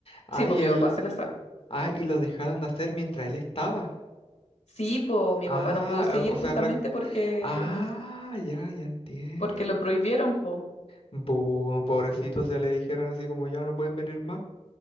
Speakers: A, on the left; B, on the left.
A: Ah,
B: Sí, pues
A: y
B: mi
A: él,
B: papá se la sabe.
A: ah, y lo dejaron de hacer mientras él estaba.
B: Sí, pues mi
A: Ah,
B: papá no pudo seguir
A: o o sea,
B: justamente
A: prac-
B: porque
A: ah, ya, ya entiendo.
B: porque lo prohibieron, pues.
A: Buh, pobrecitos, ya le dijeron así como ya no pueden venir más.